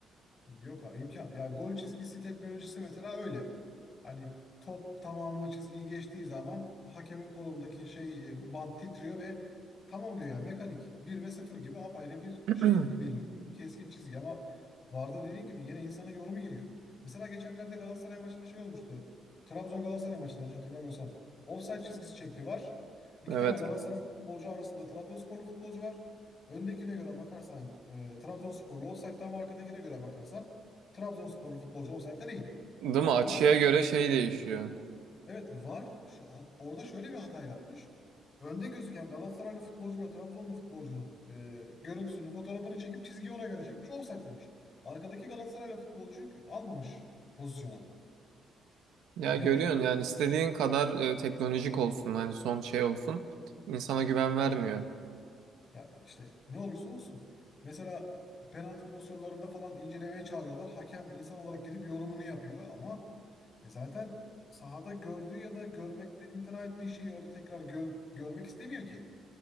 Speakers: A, on the left; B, on the right.
A: Yok abi imkan. Ya gol çizgisi teknolojisi mesela öyle. Hani top tamamı çizgiyi geçtiği zaman hakemin kolundaki şey e, bant titriyor ve tamam diyor ya mekanik bir ve sıfır gibi apayrı bir
B: <clears throat>
A: şey belirtiyor. Keskin çizgi ama VAR'da dediğin gibi yine insanın yorumu giriyor. Mesela geçenlerde Galatasaray maçında şey olmuştu. Trabzon Galatasaray maçı yanlış hatırlamıyorsam. Offside çizgisi çekti var. İki
B: Evet.
A: tane Galatasaray futbolcu arasında Trabzonsporlu futbolcu var. Öndekine göre bakarsan e, Trabzonsporlu ofsaytta ama arkadakine göre bakarsan Trabzonsporlu futbolcu ofsaytta değil.
B: Değil mi? Açıya
A: Ama
B: göre şey değişiyor.
A: evet VAR şu- hat- orada şöyle bir hata yapmış. Önde gözüken Galatasaraylı futbolcuyla Trabzonlu futbolcunun e, görüntüsünü, fotoğrafını çekip çizgiyi ona göre çekmiş, ofsayt demiş. Arkadaki Galatasaraylı futbolcuyu almamış pozisyona.
B: Ya
A: Yani
B: görüyorsun yani istediğin kadar e, teknolojik olsun hani son şey olsun insana güven vermiyor.
A: Ya işte ne olursa olsun. Mesela penaltı pozisyonlarında falan incelemeye çağırıyorlar. Hakem insan olarak gidip yorumunu yapıyor ama e zaten sahada gördüğü ya da görmekten imtina ettiği şeyi orada tekrar gör- görmek istemiyor ki.